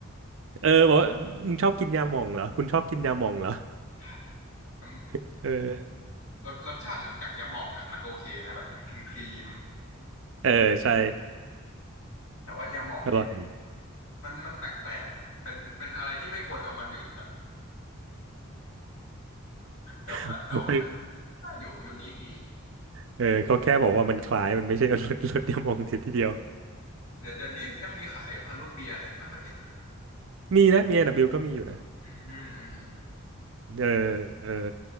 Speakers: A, on the right (about 60°); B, on the left (about 80°).
A: <laughs> เออบอกว่ามึงชอบกินยาหม่องเหรอคุณชอบกินยาหม่องเหรอ
B: ใช่ผมั
A: <laughs> เออ
B: รสรสชาติหลังจากยาหม่องอ่ะมันโอเคนะแบบมันครีมครีม
A: เออใช่
B: แต่ว่ายาหม่องเนี่ย
A: อร่อยด
B: มันมันแปลกๆเป็นเป็นอะไรที่ไม่ควรเอามาดื่มแบบแต่ว่าแต่ว่ามันก็
A: ี <laughs>
B: ก็อยู่ยูนิคดี
A: เออเขาแค่บอกว่ามันคล้ายมันไม่ใช่ <laughs> รถรถเดียวมองเสียทีเดียว
B: เดี๋ยวเดี๋ยวนี้ยังมีขายอยู่พารุทเบียร์เนี่ยไม่ค่อยเห็นนะ
A: มีนะมี A&W ก็มีอยู่นะ
B: อืมอืมอืม
A: เออเออ